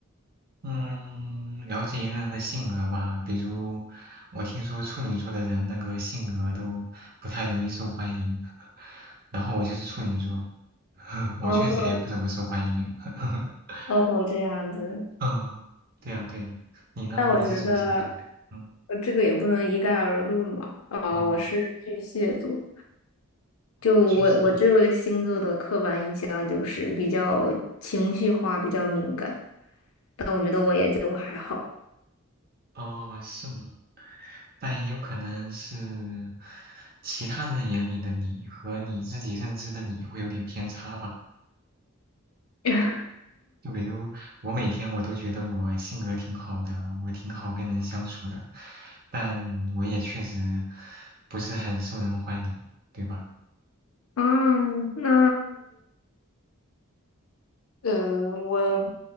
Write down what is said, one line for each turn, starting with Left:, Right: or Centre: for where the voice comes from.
Right: 嗯，了解一个人的性格吧，比如我听说处女座的人那个性格都不太容易受欢迎，<laughs> 然后我就是处女座，<laughs> 我确实也不怎么受欢迎，
Left: 哦
Right: <laughs>
Left: 哦，这样子。
Right: 嗯，对呀对呀，你呢？
Left: 但我觉得，
Right: 你是什嗯么星座呀？嗯，
Left: 呃，这个也不能一概而论吧。啊，
Right: 哦，
Left: 我是巨蟹座，就我我这个星座的刻板印象就是比较情绪化，
Right: 我巨蟹的，
Left: 比较敏感。但我觉得我也就还好。
Right: 哦，是吗？但也有可能是其他人眼里的你和你自己认知的你会有点偏差吧。
Left: <laughs>
Right: 就比如我每天我都觉得我性格挺好的，我挺好跟人相处的，但我也确实不是很受人欢迎，对吧？
Left: 嗯，那呃，我